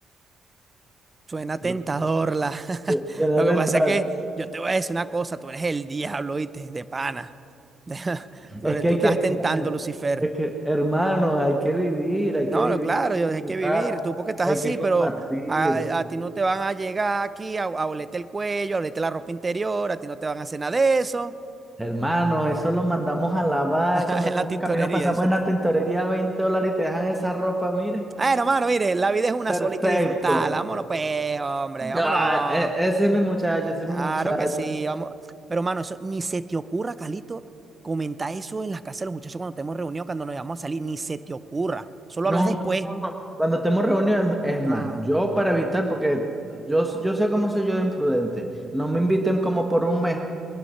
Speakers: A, on the right; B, in the centre.
A: suena tentador
B: Lo-
A: la. <laughs>
B: Suena
A: Lo que
B: tentador.
A: pasa es que yo te voy a decir una cosa, tú eres el diablo, ¿viste? De pana. <laughs> Tú
B: Es
A: eres-
B: que
A: tú
B: hay
A: estás
B: que,
A: tentando, Lucifer.
B: es que, hermano, hay que vivir, hay
A: No,
B: que vivir,
A: lo- claro,
B: hay que
A: yo
B: disfrutar,
A: hay que vivir. Tú porque estás
B: hay
A: así,
B: que compartir.
A: pero a, a ti no te van a llegar aquí a, a olerte el cuello, a olerte la ropa interior, a ti no te van a hacer nada de eso.
B: Hermano, eso lo mandamos a lavar.
A: <laughs>
B: Cuando
A: En
B: vengamos
A: la tintorería,
B: camino pasamos
A: dices
B: en la
A: tú.
B: tintorería 20 dólares y te dejan esa ropa, mire.
A: Bueno, hermano, mire, la vida es una
B: Perfecto.
A: sola y hay que disfrutarla. Vámonos, pues, hombre, vámonos.
B: Ah, e- ese es mi muchacho, ese es
A: Claro
B: mi muchacho.
A: que sí, vamos. Pero, mano, eso ni se te ocurra, Calito, comentar eso en las casas de los muchachos cuando estemos reunidos, cuando nos vamos a salir, ni se te ocurra. Solo
B: No,
A: hablas después.
B: no, no, no. Cuando estemos reunidos, es es
A: No,
B: más,
A: no, no,
B: yo
A: no.
B: para evitar, porque yo, yo sé cómo soy yo de imprudente, no me inviten como por un mes.